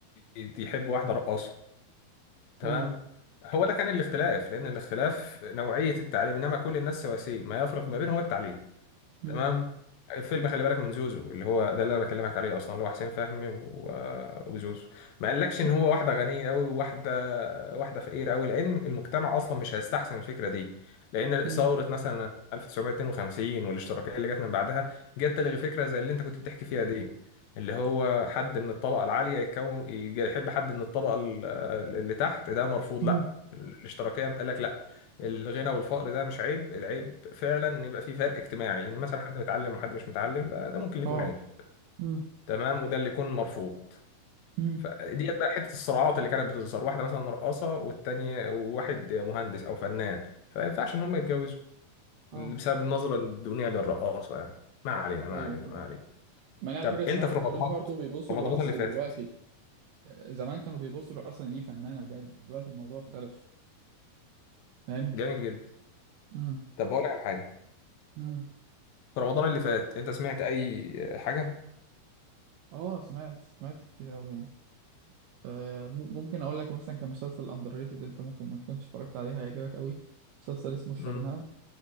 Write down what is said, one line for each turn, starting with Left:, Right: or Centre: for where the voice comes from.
Left: يت- يحب واحده رقاصه تمام
Right: امم
Left: هو ده كان الاختلاف لان الاختلاف نوعيه التعليم انما كل الناس سواسيه ما يفرق ما بينهم هو التعليم
Right: امم
Left: تمام فيلم خلي بالك من زوزو اللي هو ده اللي انا بكلمك عليه اصلا اللي هو حسين فهمي و- وزوزو ما قالكش ان
Right: امم
Left: هو واحده غنيه قوي وواحده واحده فقيره قوي لان المجتمع اصلا مش هيستحسن الفكره دي لان ثوره
Right: امم
Left: مثلا 1952 والاشتراكيه اللي جت من بعدها جت تلغي فكره زي اللي انت كنت بتحكي فيها دي اللي هو حد من الطبقه العاليه يتكون يج- يحب حد من الطبقه ال- اللي تحت ده مرفوض
Right: أمم.
Left: لا الاشتراكيه قال لك لا الغنى والفقر ده مش عيب العيب فعلا ان يبقى في فرق اجتماعي ان مثلا حد متعلم وحد مش متعلم بقى ده ممكن يكون
Right: اه
Left: عيب
Right: امم
Left: تمام وده اللي يكون مرفوض
Right: امم
Left: فديت بقى حته الصراعات اللي كانت بتظهر واحده مثلا رقاصه والتانيه وواحد مهندس او فنان فما ينفعش ان هم يتجوزوا
Right: اه
Left: بسبب النظره الدونيه للرقاصه يعني ما علينا ما
Right: ايوه
Left: علينا
Right: فاهم
Left: ما علينا
Right: يعني على
Left: طب
Right: فكرة زمان
Left: انت في رمضان
Right: ما كانوش برضه بيبصوا
Left: رمضان
Right: للرقص
Left: اللي
Right: زي
Left: فاتت
Right: دلوقتي آه، زمان كانوا بيبصوا للرقص إن دي فنانة بجد دلوقتي الموضوع اختلف فاهم
Left: جميل جدا
Right: امم
Left: طب بقول لك على حاجه
Right: امم
Left: في رمضان اللي فات انت سمعت اي حاجه
Right: اه سمعت سمعت كتير قوي يعني آه، م- ممكن اقول لك مثلا كمسلسل اندر ريتد انت ممكن ما تكونش اتفرجت عليه هيعجبك قوي مسلسل اسمه الشرنقة
Left: امم